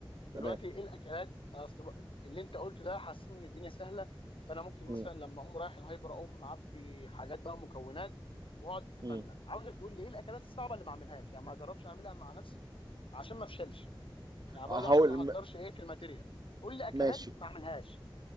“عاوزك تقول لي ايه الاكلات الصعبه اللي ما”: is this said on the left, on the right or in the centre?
Left